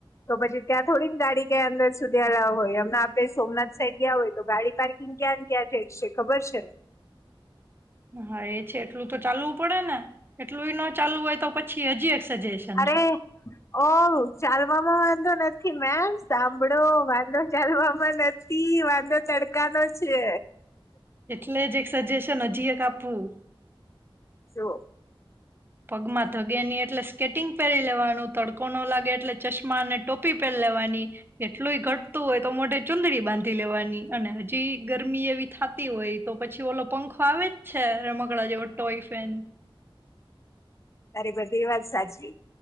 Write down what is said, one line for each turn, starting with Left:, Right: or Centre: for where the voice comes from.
Left: તો પછી ત્યાં થોડીન ગાડી કંઈ અંદર સુધી અલાવ હોય, અમના આપણે સોમનાથ સાઈડ ગ્યા હોય, તો ગાડી પાર્કિંગ ક્યાં ક્યાં ઠેક છે, ખબર છે ને?
Right: હા, એ છે એટલું તો ચાલવું પડે ને, એટલું ય નો ચાલવું હોય તો પછી હજી સજેશન
Left: અરે,
Right: છે
Left: ઓ, ચાલવામાં વાં <inaudible> મેમ સાંભળો વાંધો ચાલવામાં નથી. ઈ વાંધો તડકાનો છે
Right: એટલે જ એક સજેશન હજીએ કાપવું
Left: સો-
Right: પગમાં... ધગે ની એટલે સ્કેટિંગ પહેરી લેવાનું થોડું કોનો લાગે એટલે ચશ્મા અને ટોપી પહેન લેવાની એટલુંય ઘટતું હોય તો મોઢે ચુંદડી બાંધી લેવાની અને હજીય ગરમી એવી થાતી હોય તો પછી ઓલો પંખો આવે જ છે રમકડાં જેવો ટોય ફેન
Left: બરીબર એ વાત સાચી